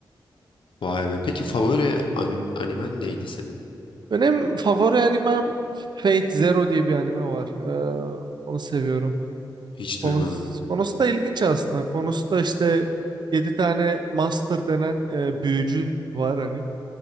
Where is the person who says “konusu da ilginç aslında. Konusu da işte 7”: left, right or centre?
Right